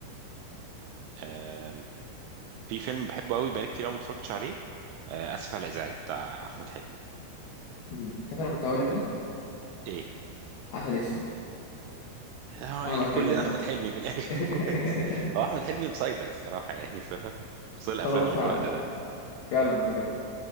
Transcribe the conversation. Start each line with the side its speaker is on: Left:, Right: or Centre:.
Right: اه في فيلم بحبه قوي بقالي كتير قوي ما اتفرجتش عليه آه، اسف على الازعاج بتاع احمد حلمي
Left: مم. طب انا كنت هقول لك ايه؟
Right: ايه
Left: عسل اسود
Right: هو
Left: احمد حلمي
Right: كلنا
Left: برضه
Right: احمد حلمي في الاخر
Left: <laughs>
Right: <laughs> طب كويس هو احمد حلمي مسيطر الصراحه يعني في خصوصا الافلام
Left: اه فعلا
Right: اللي في الوقت ده
Left: فعلا بجد